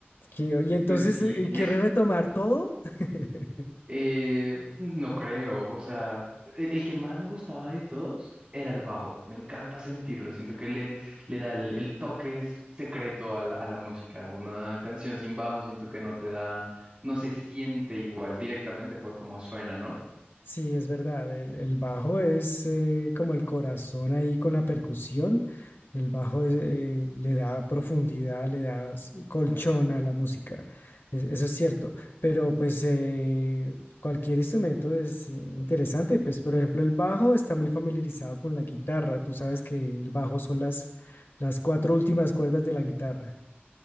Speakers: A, on the left (about 70°); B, on the right (about 30°).
A: Que- ¿Y entonces
B: Pues sí.
A: eh, quieres retomar todo? <laughs>
B: Eh, no creo, o sea, el, el que más me gustaba de todos era el bajo. Me encanta sentirlo, siento que le, le da el, el toque es- secreto a la, a la música. Una canción sin bajo siento que no te da, no se siente igual directamente por cómo suena, ¿no?
A: Sí, es verdad. El, el bajo es eh, como el corazón ahí con la percusión. El bajo es, eh, le da profundidad, le da s- colchón a la música. Es- eso es cierto. Pero pues eh, cualquier instrumento es eh, interesante. Pues por ejemplo, el bajo está muy familiarizado con la guitarra. Tú sabes que el bajo son las, las cuatro últimas cuerdas de la guitarra.